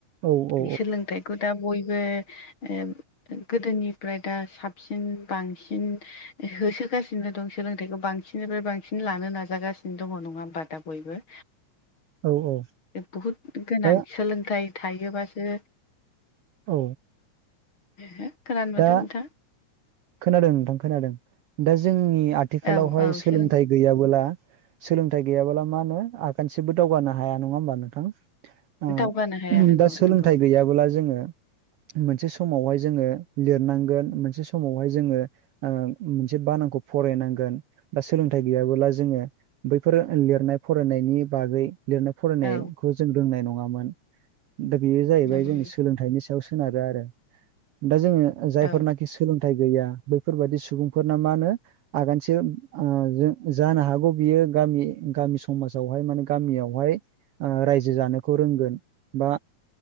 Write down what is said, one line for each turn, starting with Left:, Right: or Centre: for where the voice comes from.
Right: औ
Left: बे सोलोंथाइखौ दा बयबो ओ गोदोनिफ्राय दा साबसिन बांसिन होसोगासिनो दं सोलोंथाइखौ बांसिननिफ्राय बांसिन लानो नाजागासिनो दङ नङा होमबा दा बयबो
Right: औ औ
Left: बहुद गोनां
Right: दा
Left: सोलोंथाइ थायोबासो
Right: औ।
Left: <unintelligible> नोंथा
Right: दा खोनादों नोंथां खोनादों। दा जोंनि आथिखालावहाय
Left: औ औ
Right: सोलोंथाइ
Left: सोलों
Right: गैयाबोला सोलोंथायाइ गैयाबला मा होनो आगानसेबो दावगानो हाया नङा होमबा नोंथां? अ
Left: दावगानो हाया नंगौ
Right: दा सोलोंथाइ
Left: नंगौ
Right: गैयाबोला जोङो मोनसे समावहाय जोङो लिरनांगोन, मोनसे समावहाय जोङो मोनसे बानानखौ फरायनांगोन, बा सोलोंथाइ गैयाबोला जोङो बैफोर लिरनाय फरायनायनि बागै लिरनाय फरायनायखौ
Left: औ
Right: जों रोंनाय नङामोन। दा बेयो जाहैबाय
Left: नंगौ
Right: जोंनि सोलों सायाव सोनार आरो। दा जों जायफोरनाखि
Left: औ
Right: सोलोंथाइ गैया बैफोरबायदि सुबुंफोरना मा होनो आगानसे ओ जानो हागौ बियो गामि गामि समाजावहाय माने गामियावहाय रायजो जानोखौ रोंगोन, बा